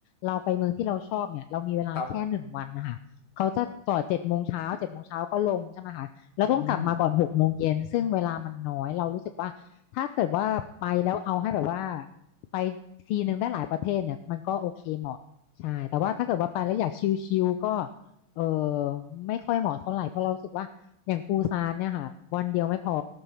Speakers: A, on the left; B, on the left.
A: เราไปเมืองที่เราชอบเนี่ยเรามีเวลาแค่หนึ่งวันนะคะเขาจะจอดเจ็ดโมงเช้าเจ็ดโมงเช้าก็ลงใช่ไหมคะแล้วต้องกลับมาก่อนหกโมงเย็นซึ่งเวลามันน้อยเรารู้สึกว่าถ้าเกิดว่าไปแล้วเอาให้แบบว่า
B: <laughs> ครับอืม
A: ไปทีนึงได้หลายประเทศเนี่ยมันก็โอเคเหมาะใช่แต่ว่าถ้าเกิดว่าไปแล้วอยากชิลๆก็
B: ครับ
A: เออไม่ค่อยเหมาะเท่าไหร่เพราะเรารู้สึกว่าอย่างปูซานเนี่ยค่ะวันเดียวไม่พอ